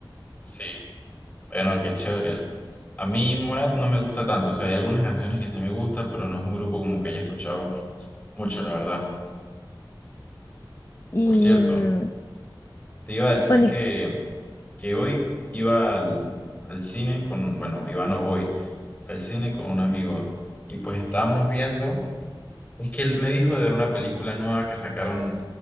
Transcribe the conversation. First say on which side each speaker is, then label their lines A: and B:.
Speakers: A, on the left (about 20°); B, on the left (about 40°).
A: Sí. Bueno, qué chévere. A mí Morat no me gusta tanto. O sea, hay algunas canciones que sí me gustan, pero no es un grupo como que haya escuchado mucho, la verdad.
B: Y
A: Por cierto,
B: mm,
A: te iba a decir
B: bueno,
A: que
B: y
A: que hoy iba al, al cine con, bueno, iba no voy, al cine con un amigo y pues estábamos viendo, es que él me dijo de ver una película nueva que sacaron